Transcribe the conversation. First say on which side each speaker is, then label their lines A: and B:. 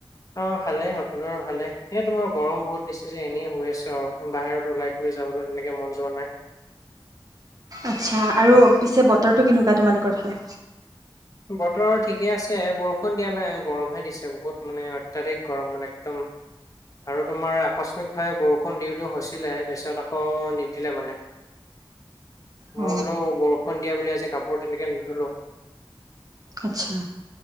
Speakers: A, on the left; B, on the right.
A: অ', ভালেই সকলোৰে ভালে এ তোমাৰ গৰম বহুত দিছে যে এনেই হৈ আছো আৰু বাহিৰত ওলাই কৰি যাবলৈ তেনেকে মন যোৱা নাই
B: আচ্ছা আৰু পিছে বতৰটো কেনেকুৱা তোমালোকৰ ফালে
A: বতৰ ঠিকে আছে বৰষুণ দিয়া নাই গৰমহে দিছে বহুত মানে অত্যাধিক গৰম মানে একদম আৰু তোমাৰ আকস্মিকভাৱে বৰষুণ দিওঁ দিওঁ হৈছিলে তাৰপিছত আকৌ নিদিলে মানে
B: অ
A: মই বোলো বৰষুণ দিয়া বুলি আজি কাপোৰ তেনেকে নুধুলো
B: আচ্ছা